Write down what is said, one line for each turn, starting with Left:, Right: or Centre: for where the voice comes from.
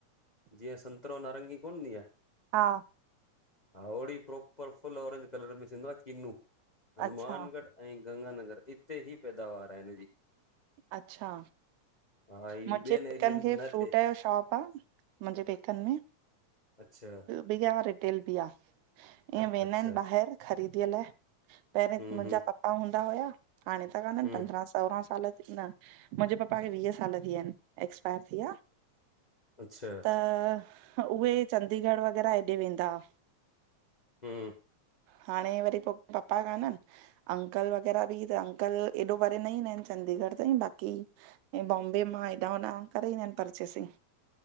Left: जीअ सन्तरो नारंगी कोन हुदी आ।
Right: हा
Left: हा होड़ी प्रोपर फुल ऑरेज कलर में थिंदो आहे कीनू हनुमानगढ़
Right: अच्छा
Left: अई गंगानगर ईते जी पैदावार आहे हिनजी।
Right: अच्छा
Left: हा ही
Right: मुंहिजे
Left: ॿियनि
Right: पेकन
Left: एरियनि
Right: खे
Left: में न
Right: फ्रूट
Left: थिए
Right: यो शॉप आ मुहिजें पेकन में।
Left: अच्छा
Right: पिरिया अई रिटेल बि आ। ईअ वेदा
Left: अच्छा
Right: आहिन ॿाहिर ख़रीदीअ लाए पहरे
Left: हूं
Right: मुहिजा
Left: हूं
Right: पप हूंदा हुया हाणे त कान्हन
Left: हूं
Right: पद्रह सोलह साल न मुहिजे पप्पा खे वीय साल थी वया आहिन एक्सपायर थी वया।
Left: अच्छा
Right: त उहे चडीगढ़ वग़ैरह हेॾे वेदा हा।
Left: हम्म
Right: हाणे वरी पो पपा कान अन। अंकल वग़ैरा बि त अंकल एॾो परे न ईंदा आहिन चंडीगढ़ ताईं बाक़ी ऐं बॉम्बे मां हेॾा होॾा करे ईनदा आहिन परचेसिंग।